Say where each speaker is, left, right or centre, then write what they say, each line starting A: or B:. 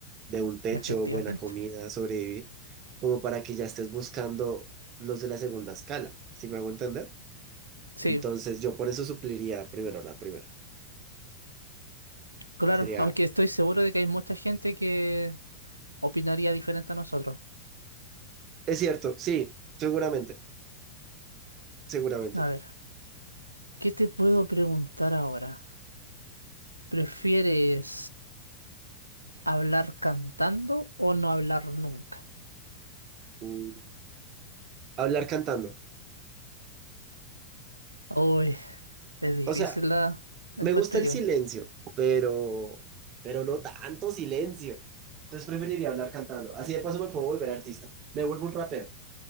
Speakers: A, on the right; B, on the right.
A: de un techo,
B: efectivamente.
A: buena comida, sobrevivir, como para que ya estés buscando los de la segunda escala, ¿sí me hago entender?
B: Sí,
A: Entonces, yo por eso supliría primero la primera.
B: claro,
A: Sería,
B: aunque estoy seguro de que hay mucha gente que opinaría diferente a nosotros.
A: es cierto, sí, seguramente, seguramente.
B: A ver, ¿qué te puedo preguntar ahora? ¿Prefieres hablar cantando o no hablar nunca?
A: Mm. Hablar cantando.
B: Uy, es difícil
A: O sea,
B: la encuentro
A: Me gusta el
B: yo.
A: silencio, pero, pero no tanto silencio. Entonces preferiría hablar cantando. Así de paso me puedo volver artista. Me vuelvo un rapero.